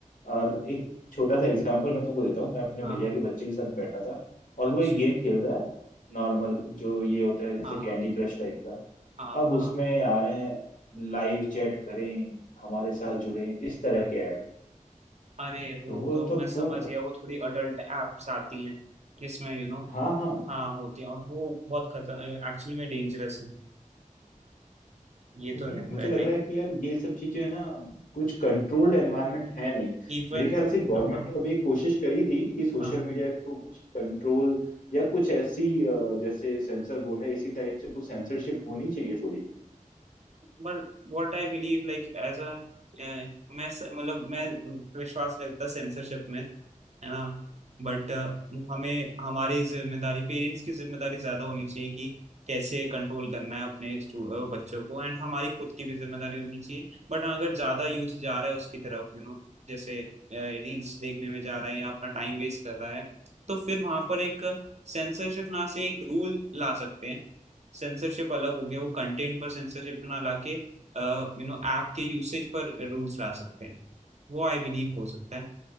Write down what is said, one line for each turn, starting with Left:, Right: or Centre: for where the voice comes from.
Left: और एक छोटा सा एग्जांपल मैं तुमको देता हूँ मैं अपने
Right: हाँ
Left: भैया के बच्चे के साथ बैठा था और
Right: अच्छा
Left: वो एक गेम खेल रहा है नॉर्मल जो ये होता है जैसे
Right: हाँ
Left: कैंडी क्रश टाइप का
Right: हाँ
Left: अब
Right: हाँ
Left: उसमें आ रहे हैं लाइव चैट करें हमारे साथ जुड़ें इस तरह के ऐड
Right: अरे वो
Left: तो वो
Right: तो
Left: तो
Right: मैं समझ
Left: वो
Right: गया वो थोड़ी अडल्ट एप्स आती हैं जिसमें यू you नो
Left: हाँ हाँ
Right: हाँ होती हैं और वो बहुत खतर एक्चुअली में डेंजरस है ये
Left: वही
Right: तो रहता
Left: मुझे
Right: है
Left: लग
Right: लाइक
Left: रहा है कि यार ये सब चीजें है ना कुछ कंट्रोल्ड एनवायरनमेंट है नहीं
Right: इवन
Left: मेरे ख्याल से गवर्नमेंट
Right: हाँ
Left: ने कभी कोशिश करी थी कि सोशल
Right: हाँ
Left: मीडिया को कुछ कंट्रोल या कुछ ऐसी अ, जैसे सेंसर बोर्ड है इसी टाइप से कुछ सेंसरशिप होनी चाहिए थोड़ी
Right: पर what I believe like as a मैं स- मतलब मैं विश्वास रखता सेंसरशिप में है ना बट हमें हमारी जिम्मेदारी पेरेंट्स की जिम्मेदारी ज्यादा होनी चाहिए कि कैसे कंट्रोल करना है अपने stu- अ, बच्चों को एंड हमारी खुद की भी जिम्मेदारी होनी चाहिए बट अगर ज्यादा यूथ जा रहा है उसकी तरफ यू नो जैसे रील्स देखने में जा रहा है या अपना टाइम वेस्ट कर रहा है तो फिर वहां पर एक सेंसरशिप ना से एक रूल ला सकते हैं सेंसरशिप अलग हो गया वो कंटेंट पर सेंसरशिप ना लाके यू नो ऐप के यूसेज पर रूल्स ला सकते हैं वो आई बिलीव हो सकता है